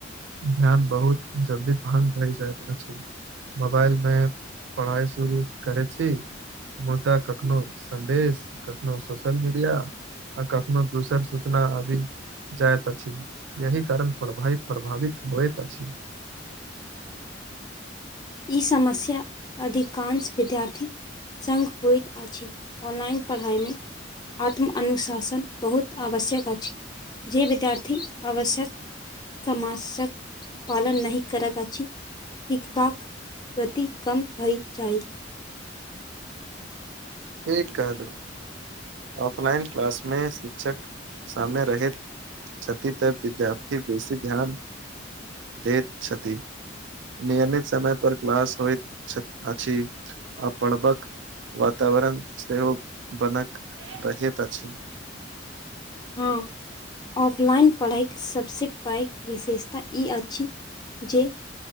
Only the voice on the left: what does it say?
ई समस्या अधिकांश विद्यार्थी संग होइत अछि ऑनलाइन पढ़ाइमे आत्मअनुशासन बहुत आवश्यक अछि जे विद्यार्थी आवश्यक समाज पालन नहि करत आहि सिखबाक गति कम भय जाइत
हाँ, ऑफलाइन पढ़ाइके सबसँ पैघ विशेषता ई अछि जे